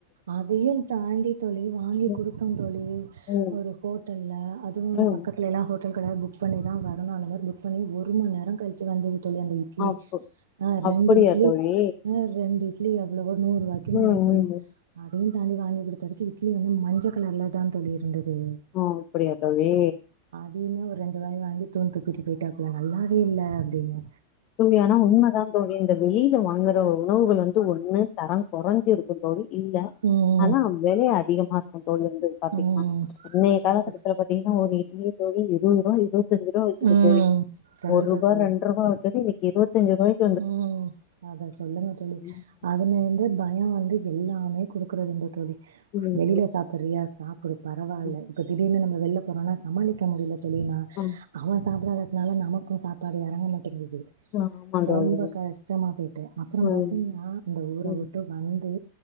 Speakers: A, on the right; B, on the left.
A: அதையு தாண்டி தோழி வாங்கி
B: ம்
A: குடுத்தோ தோழி
B: ம்
A: ஒரு ஹோட்டல்ல அதுவு
B: ம்
A: பக்கத் துலெல்லா ஹோட்டல் கட புக் பண்ணி தா வரணு அந்த மாரி புக் பண்ணி ஒரு மண் நேரோ கழ்ச்சி வந்துது தோழி அந்த இட்லி
B: அப்
A: ஆ ரெண்டு
B: அப்படியா
A: இட்லி
B: தோழி
A: அ ரெண்டு இட்லி எவ்ளவு நூர்ருவாய்க்கு
B: ம்
A: மேல
B: ம் ம்
A: அதயு தாண்டி வாங்கி குடுத்ததுக்கு இட்லி வந்து மஞ்ச கலர்ல தா தோழி இர்ந்தது
B: ஆ அப்டியா தோழி
A: மினிமோ ஒர் ரெண்டு வாய் வாங்கி தூன் துப்பிட்டு போய்ட்டாப்புல நல்லாவே இல்ல அப்டினு
B: தோழி ஆனா உண்ம தாங் தோழி இந்த வெளில வாங்கற உணவுகள் வந்து ஒன்னு தரம் கொறஞ்சிருக்கு தோழி இல்ல
A: ம்
B: ஆனா வெலை அதிகமார்க்கு தோழி வந்து பாத்தீங்ன்னா
A: ம் ம்
B: இன்றைய
A: கண்டு
B: காலக்கட்டத்துல பாத் தீங்னா ஒரு இட்லியே தோழி இருவர்ருபா இருவத்தஞ்சுருபா விக்கிது
A: ம்
B: தோழி
A: கண்டிப்பா
B: ஒருபா
A: தோழி
B: ரெண்ட்ருபா எப்பவுமே விக்கி இருவத்தஞ்சுருபாய்க்
A: ம் அத சொல்லுங்க தோழி
B: ம்
A: அதுல இருந்து பயோ வந்து எல்லாமே குடுக்கறதுண்டு தோழி
B: ம்
A: வெளில சாப் பறியா சாப்பிடு பரவால்ல
B: ம்
A: இப்ப திடீர்னு நம்ம வெள்ல போறோன்னா சமாளிக்க முடியில தோழி நா
B: ம்
A: அவ சாப்டாதத்னால நமக்கு சாப்பாடு எறங்க மாட்டேங்கிது
B: அ ஆமா தோழி
A: ரொம்ப கஷ்டமா போய்ட்டு அப்பறோ
B: ம்
A: பாத்தீங்ன்னா இந்த ஊர
B: ம்
A: வுட்டு வந்து